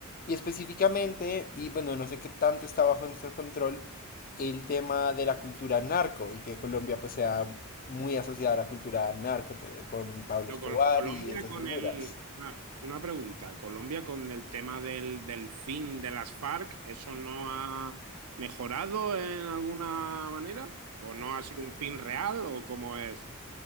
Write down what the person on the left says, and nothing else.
y específicamente, y bueno, no sé qué tanto está bajo nuestro control, el tema de la cultura narco y que Colombia pues sea muy asociada a la cultura narco t- con Pablo
Escobar
y esas
figuras.